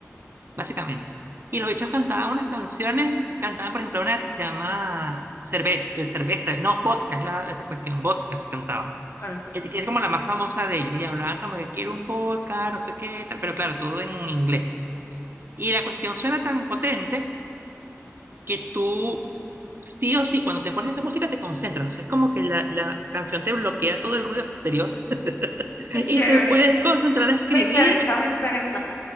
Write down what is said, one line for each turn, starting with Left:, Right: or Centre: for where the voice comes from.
Right: básicamente. Y los bichos cantaban unas canciones, cantaban por ejemplo una que se llama Cerveza, eh, cerveza no, vodka, es la, es la cuestión, vodka cantaban.
Left: bueno,
Right: Eh, que Es como la más famosa de ellos, y hablaban como que quiero un vodka, no sé qué, tal, pero claro, todo en inglés. Y la cuestión suena tan potente que tú, sí o sí, cuando te pones esa música te concentras, o sea, es como que la, la canción te bloquea todo el ruido exterior
Left: qué
Right: y
Left: chévere.
Right: te puedes concentrar a escribir
Left: Me interesa, me interesa.